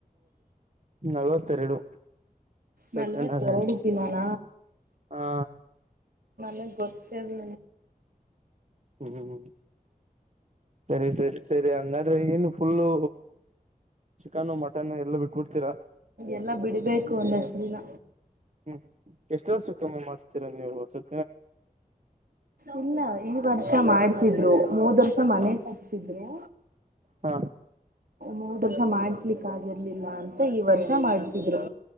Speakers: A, on the right; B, on the right.
A: ನಲ್ವತ್ತೆರಡು ಸತ್ಯನಾರಾಯಣ
B: ನಲ್ವತ್ತ ಎರಡು್ದೀನಾನ
A: ಹಾ
B: ನಗ್ ಗೊತ್ತ ಸರಿ
A: ಹ್ಮ್ ಸರಿ ಸರಿ ಸರಿ ಹಂಗಾದ್ರೆಗನ್ನು ಫುಲ್ಲು ಚಿಕನ್ನು ಮಟನ್ನು ಎಲ್ಲ ಬಿಟ್ಬಿಡ್ತೀರ
B: ಎಲ್ಲ ಬಿಡ್ಬೇಕು ಒಂದಷ್ಟು ದಿನ
A: ಹ್ಮ್ ಎಷ್ಟು ವರ್ಷ ಕಮ್ಮಿ ಮಾಡಿಸತೀರಾ ನೀವು ಸದ
B: ಇಲ್ಲ ಈ ವರ್ಷ ಮಾಡ್ಸ ಧ್ರು ಮೂದ ವರ್ಷ ಮನೆ
A: ಹಾ
B: ಕ ಹಟ್ಟಸಿದ್ರು
A: ಹಾ
B: ಮೂರ್ ವರ್ಷ ಮಾಡಸ್ಲಿಕ್ ಆಗರ್ಲಿಲ್ಲ ಅಂತ ಈ ವರ್ಷ ಮಾಡ್ಸಿದ್ರು